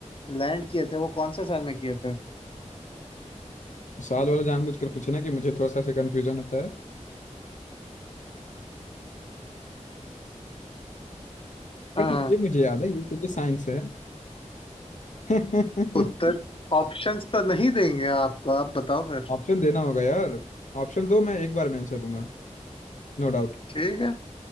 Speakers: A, on the left; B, on the left.
A: लैंड किए थे वो कौन से साल में किए थे
B: साल वाला जानबूझकर पूछना कि मुझे थोड़ा सा ऐसे कंफ्यूजन होता है
A: हाँ,
B: बट ये मुझे याद है यूकेजी साइंस है <laughs>
A: उत्तर ऑप्शंस तो नहीं देंगे आपको आप बताओ फिर
B: ऑप्शन देना होगा यार ऑप्शन दो मैं एक बार में आंसर दूंगा no doubt
A: ठीक है